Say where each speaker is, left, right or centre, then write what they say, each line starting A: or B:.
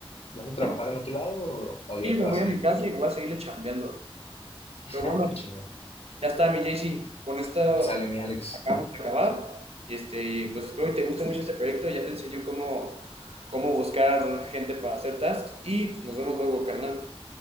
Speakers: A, on the left (about 80°); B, on the right (about 85°).
A: ¿Vas a trabajar
B: ¿Dónde?
A: en otro lado o, o ya
B: Sí,
A: te
B: me
A: vas
B: voy a
A: a
B: mi
A: ir?
B: casa y voy a seguirle chambeando.
A: <laughs>
B: Pero
A: Ah,
B: bueno,
A: qué chingón.
B: ya está, mi JC. Con esta
A: Sale mi Alex.
B: acabamos de acabar. Y este, pues espero que te guste mucho este proyecto. Ya te enseño cómo, cómo buscar gente para hacer tasks. Y pues, nos vemos luego, carnal.